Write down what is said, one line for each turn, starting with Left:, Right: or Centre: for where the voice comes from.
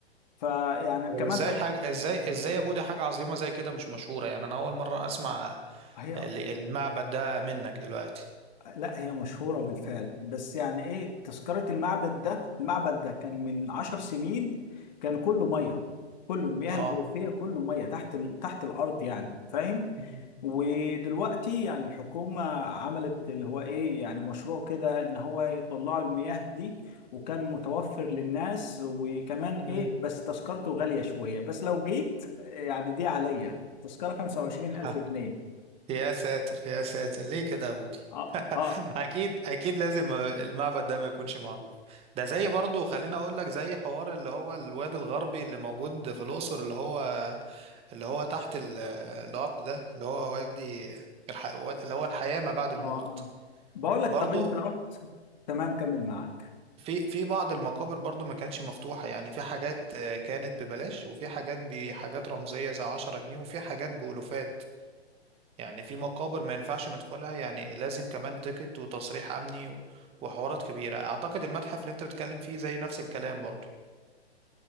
Left: فيعني
Right: طب
Left: كمان
Right: ازاي
Left: ت-
Right: حاجة ازاي ازاي يا بودي حاجة عظيمة زي كده مش مشهورة يعني أنا أول مرة أسمع
Left: هي
Right: ال- المعبد ده منك دلوقتي
Left: لا هي مشهورة بالفعل بس يعني ايه تذكرة المعبد ده المعبد ده كان من عشر سنين كان كله مية كله المياه
Right: اه
Left: الجوفية كله مية تحت ال... تحت الأرض يعني فاهم
Right: مم.
Left: ودلوقتي يعني الحكومة عملت اللي هو ايه يعني مشروع كده ان هو يطلعوا المياه دي وكان متوفر للناس وكمان ايه
Right: مم.
Left: بس تذكرته غالية شوية بس لو جيت يعني دي عليا تذكرة 25000
Right: <laughs>
Left: جنيه
Right: يا ساتر يا ساتر ليه كده يا بودي
Left: اه
Right: <laughs>
Left: اه
Right: اكيد اكيد لازم المعبد ده ما يكونش معروف ده زي برضه خليني اقول لك زي حوار اللي هو الواد الغربي اللي موجود في الاقصر اللي هو اللي هو تحت ال- الارض ده اللي هو وادي الح... اللي هو الحياة ما بعد الموت
Left: اه اه بقول لك
Right: برضه
Left: طب انت رحت تمام كمل معاك
Right: في في بعض المقابر برضه ما كانتش مفتوحة يعني في حاجات آه، كانت ببلاش وفي حاجات بحاجات رمزية زي 10 جنيه وفي حاجات بألوفات يعني في مقابر ما ينفعش ندخلها يعني لازم كمان تيكت وتصريح امني و- وحوارات كبيره اعتقد المتحف اللي انت بتتكلم فيه زي نفس الكلام برضو